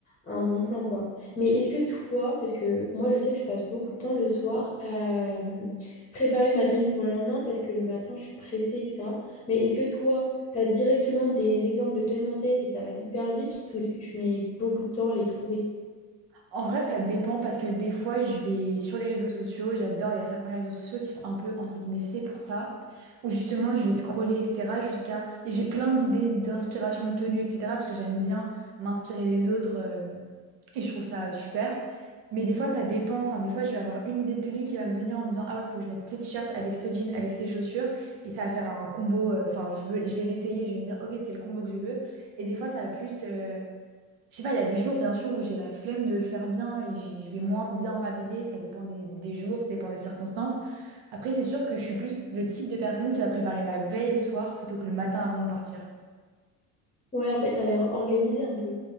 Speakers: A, on the left (about 20°); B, on the right (about 80°).
A: un, un bon plan, quoi. Mais est-ce que toi, parce que moi je sais que je passe beaucoup de temps le soir à euh, préparer ma tenue pour le lendemain parce que le matin je suis pressée, etc. Mais est-ce que toi, tu as directement des exemples de tenues en tête et ça va hyper vite ou est-ce que tu mets beaucoup de temps à les trouver?
B: En vrai, ça dépend parce que des fois, je vais sur les réseaux sociaux, j'adore, il y a certains réseaux sociaux qui sont un peu, entre guillemets, faits pour ça, où justement, je vais scroller, etc., jusqu'à... Et j'ai plein d'idées d'inspiration de tenue, etc., parce que j'aime bien m'inspirer des autres, euh, et je trouve ça super. Mais des fois, ça dépend, enfin, des fois, je vais avoir une idée de tenue qui va me venir en me disant, ah ouais, faut que je mette ce t-shirt avec ce jean, avec ces chaussures, et ça va faire un combo, euh, enfin, je veux, je vais l'essayer, je vais me dire, ok, c'est le combo que je veux. Et des fois, ça va plus... euh, je sais pas, il y a des jours bien sûr où j'ai la flemme de le faire bien et j'y- je vais moins bien m'habiller, ça dépend des, des jours, ça dépend des circonstances. Après, c'est sûr que je suis plus le type de personne qui va préparer la veille au soir plutôt que le matin avant de partir.
A: Ouais, en fait, t'as l'air organisée un peu.